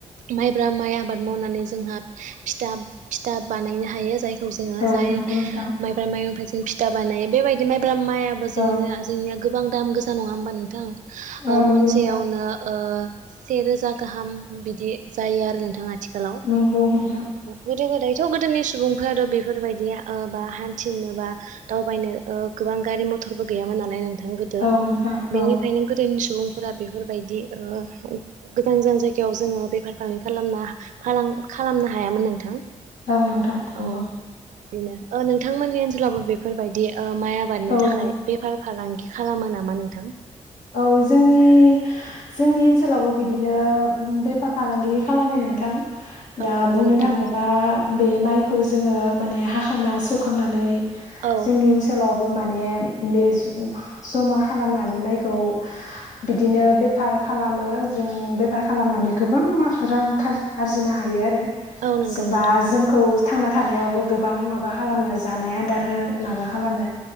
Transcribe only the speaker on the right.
माइब्रा माइ आबाद मावनानै जोंहा फिथा फिथा बानायनो हायो जाय खौ जोङो
जाय
माइब्रा माइनिफाय जों फिथा बानायो बेबायदि माइ बा माइाबो जोंनि
जोंनिया गोबां दाम गोसा नङा होमबा नोंथां। ओ
मनसेयावनो
ओ सेेरोजा गाहाम बिदि जायो आरो नोंथां आथिखालाव
गोदो गोदाय थ' गोदोनि सुबुंफोराथ' बेफोरबायदि ओ बा हान्थिनो बा दावबायनो ओ गोबां गारि म थरबो गैयामोन नालाय नों थां गोदो
बेनिखायनो
गोदोनि सुबुंफोरा बेफोरबायदि ओ गोजान गोजान जायगायाव जोङो बेफार फालांगि खालामा फालां खालाम-खालामनो हायामोन नोंथां। औ
बिदिनो ओ नोंथांमोननि ओनसोलावबो बेफोरबायदि ओ माइ आबादनि
थाखाय बेफार फालांगि खालामो नामा नोंथां
औ
नंगौ
नोंथां।
औ
औ नंगौ
नोंथां।